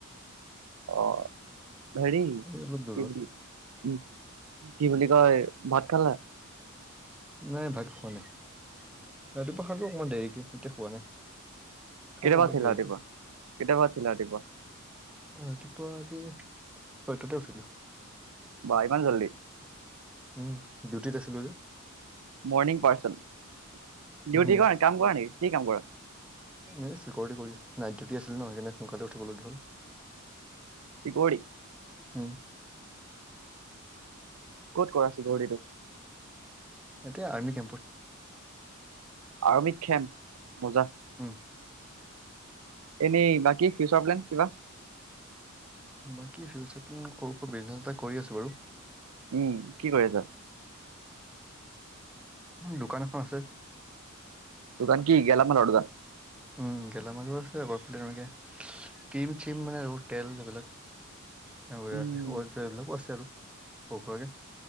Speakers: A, on the right (about 85°); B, in the centre.
A: অঁ হেৰি
B: এই অলপ দূৰত।
A: কি বুলি উম, - কি বুলি কয়? ভাত খালা নাই?
B: নাই ভাত খোৱা নাই, ৰাতিপুৱা খালো অকণমান দেৰিকে এতিয়া। খোৱা নাই। খাম
A: কেইটা বজাত
B: অলপ
A: উঠিলা
B: দেৰিকে।
A: ৰাতিপুৱা, কেইটা বজাত উঠিলা ৰাতিপুৱা?
B: ৰাতিপুৱা আজি ছয় তাতে উঠিলো।
A: বা ইমান জল্দি।
B: উম, ডিউটিত আছিলো যে।
A: Morning person. ডিউটি
B: উম
A: কৰা, কাম কৰা নেকি, কি কাম কৰা?
B: এই চিকিউৰিটি কৰি আছিলো, নাইট ডিউটি আছিল ন। সেইকাৰনে সোনকালে উঠিবলগীয়া হ'ল। <inaudible>
A: চিকিউৰিটি।
B: উম।
A: ক'ত কৰা চিকউৰিটি টো?
B: ইয়াতে আৰ্মী কেম্পত।
A: আৰ্মী কেম্প, মজা।
B: উম।
A: এনেই বাকী ফিউচাৰ প্লেন কিবা?
B: বাকী ফিউচাৰ প্লেন সৰুকৈ বিজনেছ এটা কৰি আছো বাৰু।
A: উম, কি কৰি আছা?
B: দোকান এখন আছে।
A: দোকান কি গেলা মালৰ দোকান!
B: উম, গেলামালৰ আছে, আকৌ এইফালে তেনেকে ক্ৰীম চিম মানে আৰু তেল সেইবিলাক। এইবিলাক
A: উম
B: ওতসৰ এইবিলাকো আছে আৰু সৰু সুৰাকে।